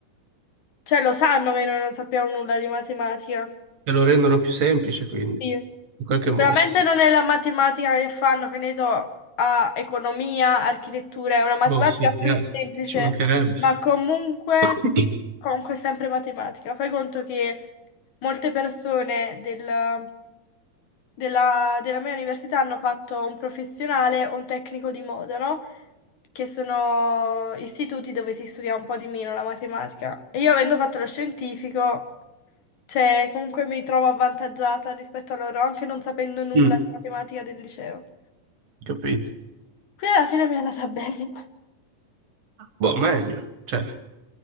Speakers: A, on the left; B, on the right.
A: cioè lo sanno che noi non sappiamo nulla di matematica.
B: Te lo rendono più semplice, quindi,
A: Sì.
B: in qualche
A: Sicuramente
B: modo, sì.
A: non è la matematica che fanno, che ne so, a economia, architettura, è una matematica
B: Boh, sì, chiaro,
A: più semplice,
B: ci mancherebbe.
A: ma comunque,
B: <clears throat> <coughs>
A: comunque è sempre matematica. Fai conto che molte persone del- della, della mia università hanno fatto un professionale o un tecnico di moda, no? che sono istituti dove si studia un po' di meno la matematica. E io avendo fatto lo scientifico, cioè, comunque mi trovo avvantaggiata rispetto a loro, anche non sapendo nulla
B: Mm,
A: di matematica del liceo.
B: capito.
A: Quindi alla fine mi è andata bene.
B: Boh, meglio. Cioè,